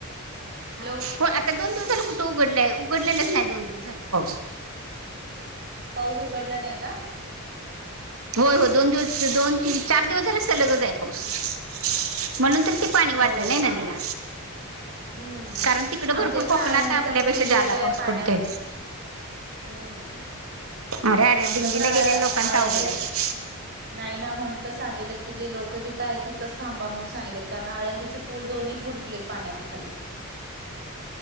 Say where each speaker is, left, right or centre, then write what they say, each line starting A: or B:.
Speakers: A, on the right; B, on the right.
A: हॅलो.
B: हो आता दोन दिवस झाले कुठं उघडलंय उघडलेलंच नाही दोन दिवस झाले पाऊस.
A: पाऊस उघडला नाही का?
B: हो हो दोन दिवस दोन तीन चार दिवस झाला लगच आहे पाऊस म्हणून तर ते. पाणी
A: हो
B: वाढलं नाही
A: हो आहे.
B: नदीला.
A: हम्म
B: कारण तिकड
A: आमच्या
B: भरपूर
A: पण
B: कोकणात
A: आळंदीचा
B: आपल्यापेक्षा
A: पूल गेलाय
B: ज्यादा पाऊस
A: पाण्याखाली
B: पडतय.
A: हम्म.
B: अरे. अरे
A: आमचा
B: दिंडीला
A: पण आळ
B: गेलेल्या लोकांचा
A: आळंदीत
B: अवघड आहे
A: नाही ना म्हणून तर सांगितल की जे लोक जिथं आहेत तिथच थांबा म्हणून सांगलेत कारण आळंदीचे पूल दोन्ही बुड लेत पाण्या खाली.